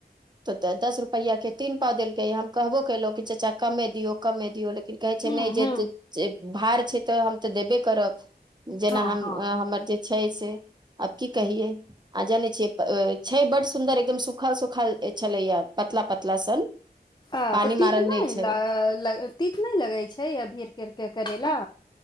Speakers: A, on the right (about 25°); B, on the left (about 25°).
A: तो तऽ दस रुपआ के तीन पाव देलके य हम कहबो कलो कि चाचा कमे दियौ कमे दियौ लेकिन कहै छै
B: हूँ
A: ने
B: हूँ
A: जे से भार छै, तऽ हम तऽ देबे करब जेना
B: हँ
A: हम
B: हँ
A: हमर जे छय सें आब की कहियए आ जाने छियै। अ छै बड सुन्दर एकदम सुखल - सुखल छलैया पतला पतला सन
B: आ
A: पानी
B: तऽ तित
A: मारल
B: नइ
A: नहि छै
B: लागल तित नई लगै छै अभी अर के कर के करेला?